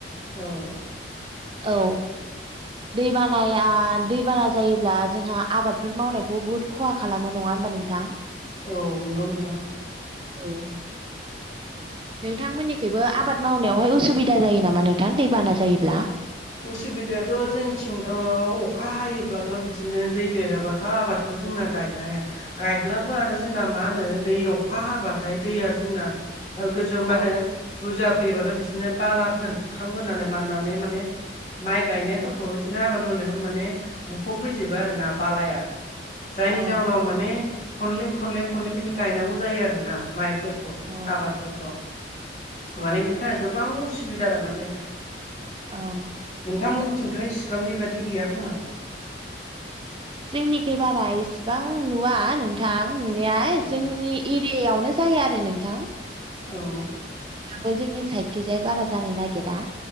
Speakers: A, on the left; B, on the right.
A: औ
B: औ दैबानाया दैबाना जायोब्ला जोंहा आबादफोर मावनायखौ बहुद खहा खालामो नङा होनबा नोंथां
A: औ नंगौ नोंथां
B: औ नोंथांमोननिखैबो आबाद मावनायावहाय उसुबिदा जायो नामा नोंथां दैबाना जायोब्ला
A: उसुबिदायाथ' जोंथिंथ' अखा हायोब्लाथ' बिदिनो दै देरोबाथ' आबाद खौ जोंना गायनो हाया गायब्लाबो आरो जोंना मा होनो दै अखा हाबाथाय दैया जोंना गोजौमबानो
B: औ
A: बुरजा फैयोबाथ' बिदिनो बालाफोर बुखांबोनानै माननानै माने माइ गायनायफोरखौ
B: औ
A: बिदिनो आबाद मावनायखौ माने बुफबफैजोबो आरो ना बालाया जायनि
B: औ
A: जाहोनाव माने खनले खनले खनले खनले गायनांगौ जायो आरो ना माइफोरखौ
B: औ
A: आबादफोरखौ माने बिनि थाखाय गोबां उसुबिदा आरो माने
B: औ
A: नोंथांमोनथिंथ' इसेबां बेबादि गैया खोमा
B: जोंनिखै बारा एसेबां नुवा नोंथां नुनाया
A: औ
B: जोंनि एरियायावनो जायो आरो नोंथां
A: औ
B: थेवबो जोंनि साइदखिजाय बारा जानो नागिरा